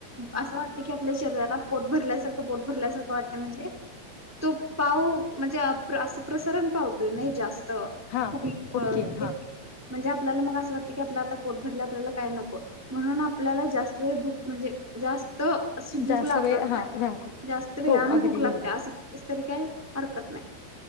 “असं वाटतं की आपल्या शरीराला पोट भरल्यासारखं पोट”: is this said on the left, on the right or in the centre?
Centre